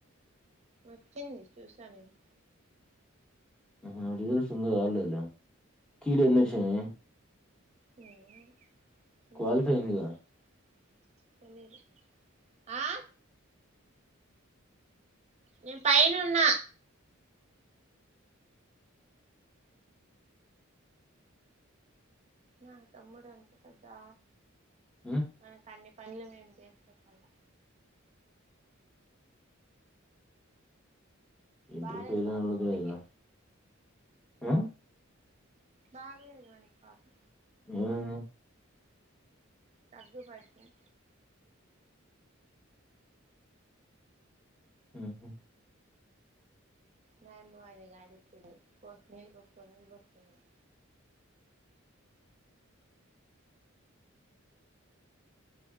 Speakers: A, on the right; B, in the centre.
A: వచ్చింది చూసా నేను
B: ఉ హు రిజల్ట్స్ ఇంకా రాలేదులే కిలో ఎనొచ్చినయ్
A: <unintelligible>
B: క్వాలిఫై అయిందిగా
A: ఆ నేన్ పైనున్నా మా తమ్ముడు అంత పెద్దా
B: ఉమ్,
A: మనకు అన్ని పనులు మేము చేసిపెట్టాలా
B: ఇంటర్
A: బాలేదు
B: ఫెల్అయినోళ్లకు
A: పాపం మనకి
B: అదేనా ఆ
A: బాగలేదు వానికి పాపం
B: ఏమైంది
A: తగ్గుపట్టిన్
B: ఊ హు
A: మాయన బో అడిగింది గాడికి పోసు నీళ్ళు పొసు నీళ్లు బోస్కొని పొ అన్న